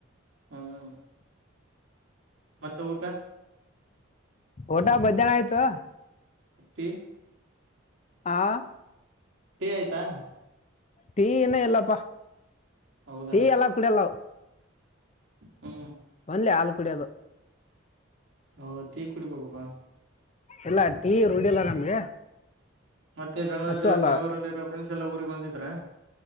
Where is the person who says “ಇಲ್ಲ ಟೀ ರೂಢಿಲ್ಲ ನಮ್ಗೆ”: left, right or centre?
Left